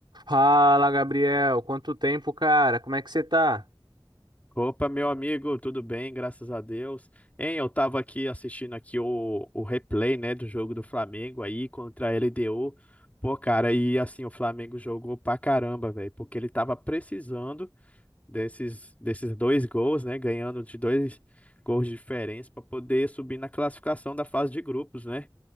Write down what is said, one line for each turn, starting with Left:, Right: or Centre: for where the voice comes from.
Right: Fala, Gabriel. Quanto tempo, cara? Como é que você tá?
Left: Opa, meu amigo, tudo bem? Graças a Deus. Hein, eu tava aqui assistindo aqui o, o replay, né, do jogo do Flamengo aí contra a LDU. Pô, cara, e assim, o Flamengo jogou pra caramba, velho, porque ele tava precisando desses, desses dois gols, né, ganhando de dois gols de diferença pra poder subir na classificação da fase de grupos, né?